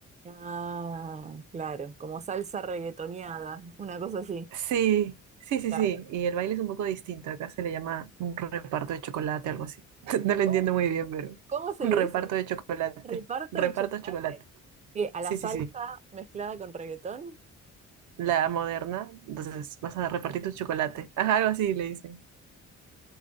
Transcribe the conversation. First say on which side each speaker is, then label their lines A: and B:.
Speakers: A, on the right (about 25°); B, on the right (about 75°).
A: Ah, claro. Como salsa reggaetoneada, una cosa así.
B: Sí, sí, sí,
A: Claro.
B: sí, y el baile es un poco distinto, acá se le llama un reparto de chocolate, algo así. <laughs> No lo
A: ¿Cómo,
B: entiendo muy bien, pero
A: cómo se
B: un
A: le
B: reparto
A: dice?
B: de chocolate,
A: Reparto
B: reparto
A: de chocolate.
B: de chocolate.
A: ¿Qué? ¿A
B: Sí,
A: la salsa
B: sí, sí,
A: mezclada con reggaetón?
B: la moderna, entonces vas a repartir tu chocolate. Ajá, algo así le dicen.